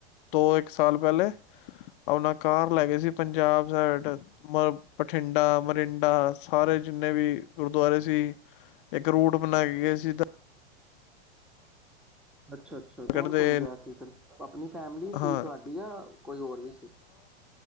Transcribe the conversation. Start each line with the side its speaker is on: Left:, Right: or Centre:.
Left: ਦੋ ਇੱਕ ਸਾਲ ਪਹਿਲੇ, ਆਪਣਾ ਕਾਰ ਲੈ ਗਏ ਸੀ ਪੰਜਾਬ ਸਾਈਡ ਮ ਬਠਿੰਡਾ, ਮਰਿੰਡਾ ਸਾਰੇ ਜਿੰਨੇ ਵੀ ਗੁਰਦੁਆਰੇ ਸੀ, ਇੱਕ ਰੂਟ ਬਣਾ ਕੇ ਗਏ ਸੀ।
Centre: ਅੱਛਾ-ਅੱਛਾ
Left: ਕਰਦੇ
Centre: ਕੌਣ-ਕੌਣ ਗਿਆ ਸੀ ਫਿਰ? ਆਪਣੀ ਫੈਮਿਲੀ
Left: ਹਾਂ
Centre: ਸੀ ਤੁਹਾਡੀ ਯਾ ਕੋਈ ਹੋਰ ਵੀ ਸੀ?